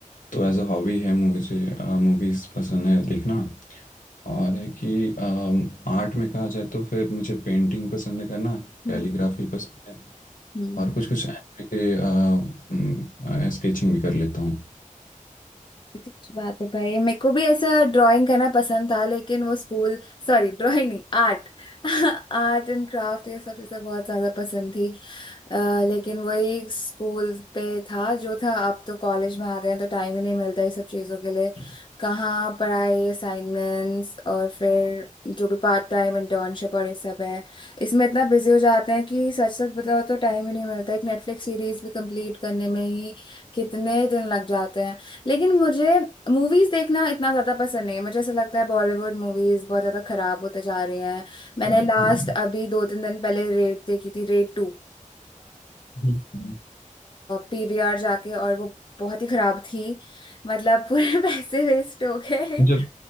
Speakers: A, on the left (about 80°); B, on the left (about 35°).
A: तो एज अ हॉबी है मूवीज़ मूवीज़ पसंद है देखना और है कि आर्ट में कहा जाए तो फिर मुझे पेंटिंग पसंद है करना
B: हम्म।
A: कैलीग्राफी पसंद है
B: हम्म
A: और कुछ कुछ एनिमे के स्केचिंग भी कर लेता हूँ
B: कितनी अच्छी बात है भाई मेरे को भी ऐसा ड्राइंग करना पसंद था लेकिन वो स्कूल सॉरी ड्राइंग नहीं आर्ट आर्ट एंड क्राफ्ट <laughs> ये सब चीज़ें बहुत ज़्यादा पसंद थी अ, लेकिन वही स्कूल पे था जो था अब तो कॉलेज में आ गए हैं, तो टाइम ही नहीं मिलता ये सब चीज़ों के लिए
A: <clears throat>
B: कहाँ पढ़ाई असाइनमेंट्स और फिर जो भी पार्ट टाइम इंटर्नशिप और ये सब है इसमें इतना बिजी हो जाते हैं कि सच सच बताओ तो टाइम ही नहीं मिलता एक नेटफ्लिक्स सीरीज भी कंप्लीट करने में ही कितने दिन लग जाते हैं लेकिन मुझे मूवीज देखना इतना ज्यादा पसंद नहीं है मुझे ऐसा लगता है बॉलीवुड मूवीज बहुत ज्यादा खराब होते जा रही हैं मैंने
A: हाँ
B: लास्ट अभी दो तीन दिन पहले रेड देखी थी Raid to
A: हम्म।
B: पीवीआर जाके और वो बहुत ही खराब थी मतलब पूरे <laughs> पैसे वेस्ट हो गए
A: जब